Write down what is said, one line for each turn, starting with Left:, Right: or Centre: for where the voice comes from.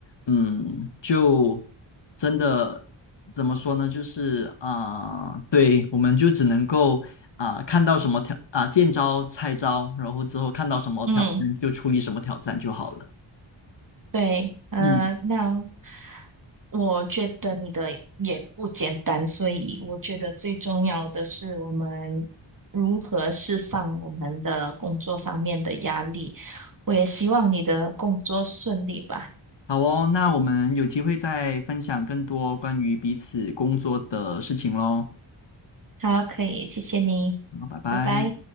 Left: 嗯，就真的怎么说呢？就是啊、对，我们就只能够啊、看到什么挑啊、见招拆招，然后之后看到什么挑战就处理什么挑战就好了。
Right: 嗯，对，呃，
Left: 嗯
Right: 那我觉得你的也不简单，所以我觉得最重要的是我们如何释放我们的工作方面的压力。我也希望你的工作顺利吧。
Left: 好哦，那我们有机会再分享更多关于彼此工作的事情喽。
Right: 好，可以，谢谢你，
Left: 好，拜拜。
Right: 拜拜。